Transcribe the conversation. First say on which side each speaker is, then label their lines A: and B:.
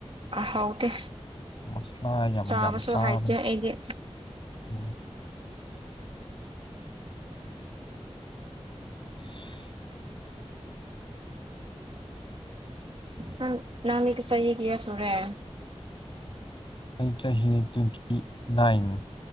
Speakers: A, on the right (about 55°); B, on the left (about 50°).
A: ꯑ ꯍꯥꯎꯇꯦ
B: ꯃꯁꯂꯥ ꯌꯥꯝ
A: ꯆꯥꯕꯁꯨ
B: ꯌꯥꯝ ꯆꯥꯕꯅꯦ
A: ꯍꯥꯏꯇꯦ ꯑꯩꯗꯤ
B: ꯎꯝ <unintelligible>
A: ꯅꯪ ꯅꯪꯗꯤ ꯆꯍꯤ ꯀꯌꯥ ꯁꯨꯔꯦ
B: ꯑꯩ ꯆꯍꯤ ꯇ꯭ꯋꯦꯟꯇꯤ ꯅꯥꯏꯟ